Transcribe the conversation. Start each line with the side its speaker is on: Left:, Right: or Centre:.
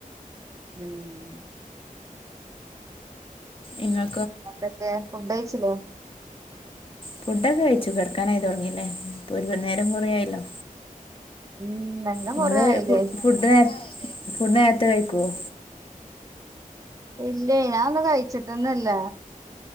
Right: <unintelligible>
Left: ഇങ്ങ
Right: <unintelligible> ക്കേ ഫുഡ് കഴിച്ചിലേ?
Left: ഫുഡൊക്കെ കഴിച്ചു കെടക്കാനായി തൊടങ്ങില്ലേ ഇപ്പോൾ നേരം കുറെയായല്ലോ
Right: ഉം അങ്ങനെ
Left: നിങ്ങൾ
Right: കൊറേ ആയില്ലേ
Left: ഫുഡ് നേര ഫുഡ് നേരത്തെ കഴിക്കുവോ
Right: ഇല്ലേ ഞാൻ ഒന്ന് കഴിച്ചിടൊന്നുമില്ല